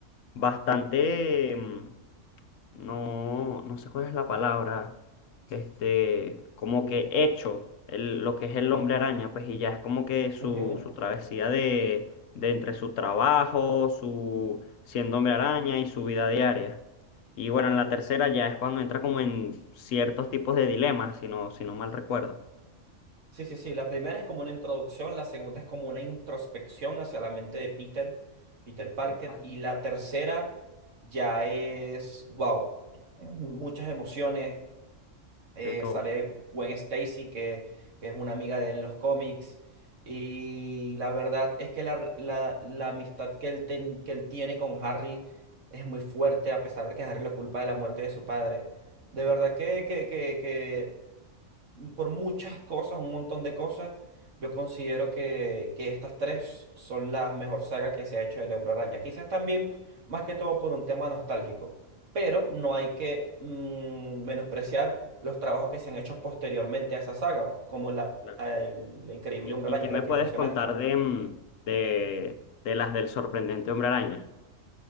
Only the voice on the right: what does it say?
ujú.
Sí, sí, sí. La primera es como una introducción, la segunda es como una introspección hacia la mente de Peter, Peter Parker,
y la tercera ya es, wow, muchas emociones. Eh,
sale Gwen Stacy, que, que es una amiga de él en los cómics, y la verdad es que la, la- la amistad que él, ten- que él tiene con Harry es muy fuerte, a pesar de que Harry lo culpa de la muerte de su padre. De verdad que, que, que, que por muchas cosas, un montón de cosas. Yo considero que, que estas tres son la mejor saga que se ha hecho del Hombre Araña. Quizás también, más que todo, por un tema nostálgico. Pero no hay que mm, menospreciar los trabajos que se han hecho posteriormente a esa saga, como la,
la del Increíble
Hombre Araña,
la
que mencionaste.